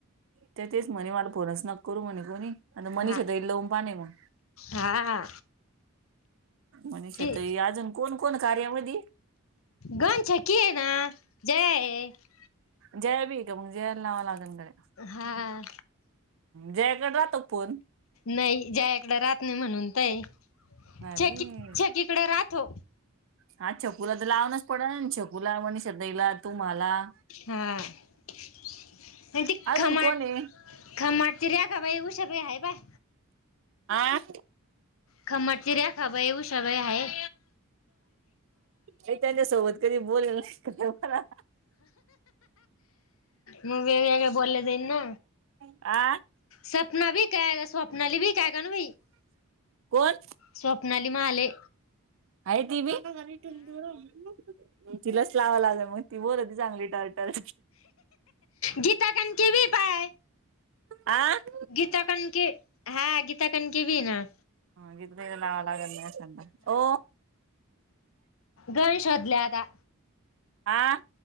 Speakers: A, on the right (about 60°); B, on the left (about 65°).
A: त्या तेच म्हणे मला फोनच न करू म्हणे कोणी आता मनीषाताई
B: हा
A: लवून पाहिन मग
B: हा
A: मनीषा
B: ती
A: ताई आजून कोण कोण कार्यामध्ये
B: गणछी कि ना जय <unintelligible> <inaudible>
A: जया भी आहे का मग जयाला लावावा लागेल कडे
B: हा
A: जयाकडे राहतो का फोन?
B: नाही जया इकड राहत नाही म्हणून तय
A: अरे
B: छकी छकीकडे राहतो.
A: हा छकुला तर लावणच पडला छकूला मणे श्रद्धेला <unintelligible> तुम्हाला
B: हा म्हण त
A: अजून
B: खमाट
A: कोण आहे
B: खमाट त रे का बाई उषा प आहे बाय
A: आह
B: खमटचीि र्या खब येव सय आहे
A: का त्यांच्या सोबत कधी बोलल नाही क मला
B: म बगगे बो देन ना
A: आं
B: सपना ब कय स्वप्नाली बी कय ग ना बई
A: कोण
B: स्वप्नली माले
A: अरे ती बीा ठेव ब तिलाच लावाव लागे मग ती बोल त चांगली टर् टर
B: गीता कण केवी पाय
A: आं
B: गीताकनके हा गीताकनके पण ना
A: ह <unintelligible> गि <inaudible> लालाग अस हो
B: गणेश वदल्याता
A: आ